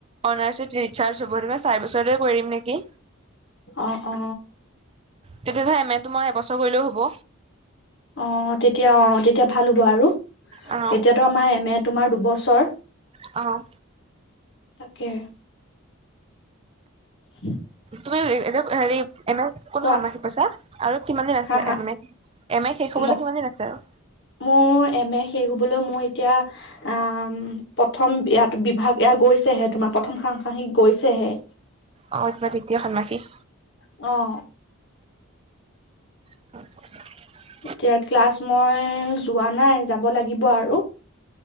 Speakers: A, on the right; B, on the left.
A: অনাৰ্চ উইথ ৰিচাৰ্চ হব চাৰি বছৰটোৱে কৰিম নেকি?
B: অ অ।
A: তেতিয়াহলে এম এ তো মই এবছৰ কৰিলেও হ'ব?
B: অ তেতিয়া অ তেতিয়া ভাল হ'ব আৰু এতিয়াতো
A: অ',
B: আমাৰ এম এ তোমাৰ দুবছৰ।
A: অঁ,
B: তাকে, উ
A: তুমি এতিয়া হেৰি এনে কোন
B: কোৱা
A: সন্মাখি পইছা আৰু কিমান দিন আছে
B: হা হা
A: এনে এম এ শেষ হবলৈ
B: ম
A: কিমান দিন আছে আৰু
B: মোৰ এম এ শেষ হ'বলৈ মই এতিয়া আহ প্ৰথম ইয়াত বিভাগ এ গৈছেহে তোমাৰ প্ৰথম সাংসাসিক গৈছেহে
A: অ এতিয়া দ্বিতীয় ষন্মাসিক
B: অঁ
A: উ <inaudible>
B: এতিয়া ক্লাছ মই যোৱা নাই যাব লাগিব আৰু